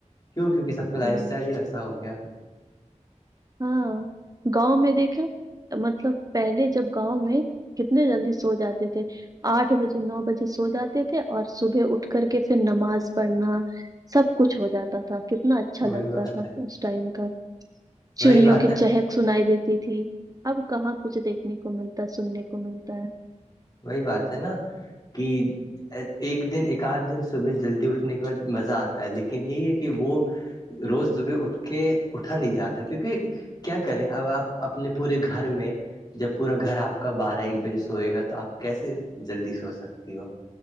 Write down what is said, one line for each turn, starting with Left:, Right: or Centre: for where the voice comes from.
Left: کیوں کیونکہ سب کا لائف
Right: وہی
Left: اسٹائل ہی ویسا ہو گیا
Right: ہاں گاؤں میں دیکھ مطلب پہلے جب گاؤں میں کتنے جلدی سو جاتے تھے آٹھ بجے نو بجے سو جاتے تھے اور صبح اٹھ کر کے پھر نماز پڑھنا سب کچھ ہو جاتا تھا کتنا اچھا
Left: وہی
Right: لگتا
Left: بات
Right: تھا
Left: ہے
Right: اس ٹائم کا چڑیوں
Left: وہی بات
Right: کی
Left: ہے
Right: چہت سنائی دیتی تھی اب کہاں کچھ دیکھنے کو ملتا ہے سننے کو ملتا ہے
Left: وہی بات ہے نا کہ ایک دن ایک آدھ دن صبح جلدی اٹھنے کے بعد مزہ آتا ہے لیکن یہی ہے کہ وہ روز صبح اٹھ کے اٹھا نہیں جاتا کیونکہ کیا کریں اب آپ اپنے پورے گھر میں جب پورا گھر آپ کا بارہ ایک بجے سوئے گا تو آپ کیسے جلدی سوچ سکتی ہو